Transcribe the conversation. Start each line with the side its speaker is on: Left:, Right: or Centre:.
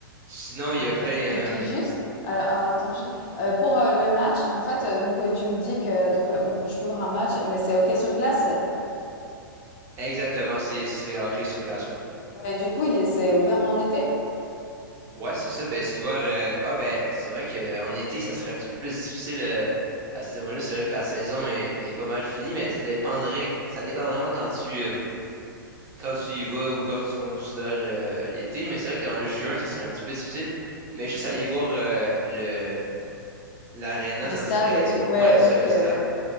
Right: Sinon, il
Left: Ok.
Right: y a plein.
Left: Et puis juste,
Right: euh,
Left: alors, alors, attends, ju- euh, pour euh, le match, en fait, euh, donc euh, tu me dis que donc euh, on- je peux voir un match, mais c'est hockey sur glace.
Right: exactement, c'est, ce serait hockey sur glace, ouais.
Left: Mais du coup, il- c'est ouvert en été?
Right: Ouais, c'est ça. Ben, c'est ouvert. euh, Ah, ben, c'est vrai qu'en été, ça serait un petit peu plus difficile euh, à ce moment-là. C'est vrai que la saison est, est pas mal finie, mais ça dépendrait. Ça dépend vraiment quand tu, euh, quand tu y vas ou quand tu considères euh, l'été. Mais c'est vrai qu'en juin, ça serait un petit peu difficile. Mais juste aller voir euh, le, L'aréna,
Left: Le
Right: ça
Left: stade,
Right: serait.
Left: tu... Ouais,
Right: Ouais, c'est ça,
Left: ok,
Right: le
Left: ouais.
Right: stade.